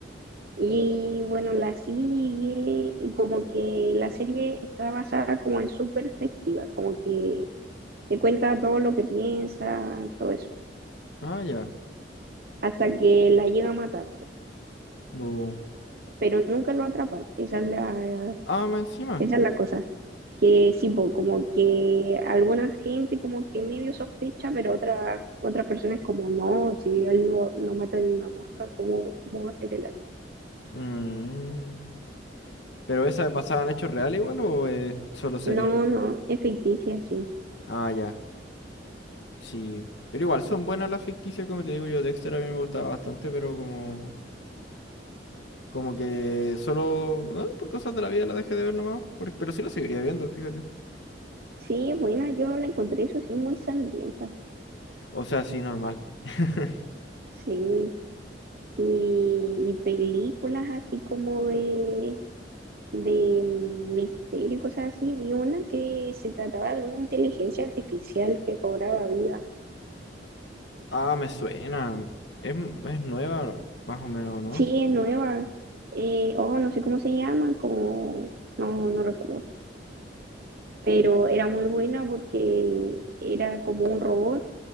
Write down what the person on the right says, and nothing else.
Y bueno, la sigue y como que la serie está basada como en su perspectiva, como que te cuenta todo lo que piensa, todo eso,
hasta que la llega a matar, po.
pero nunca lo atrapan, esa es la,
esa es la cosa, que sí, po, como que alguna gente como que medio sospecha, pero otras otras personas como no, si él no, no mata ni una mosca, ¿cómo, cómo va a ser el así?
No, no, es ficticia, sí.
Sí, bueno, yo la encontré eso sí muy sangrienta.
Sí, y, y películas así como de, de misterio y cosas así. Vi una que se trataba de una inteligencia artificial que cobraba vida.
Sí, es nueva. Eh, oh, no sé cómo se llama, como, no, no recuerdo. Pero era muy buena porque era como un robot